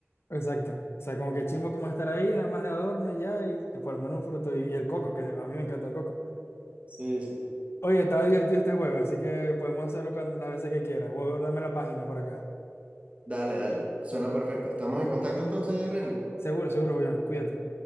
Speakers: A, on the left; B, on the right.
A: exacto. O sea, como que chimbo como estar ahí, nada más de adorno y ya, y eh, por lo menos un fruto y, y el coco, que a mí me encanta el coco.
B: Sí, sí.
A: Oye, estaba divertido este juego, así que podemos hacerlo cuando- las veces que quieras. Voy a guardarme la página por acá.
B: Dale, dale. Suena perfecto. Estamos en contacto entonces, Reni.
A: Seguro, seguro, Julián. Cuídate.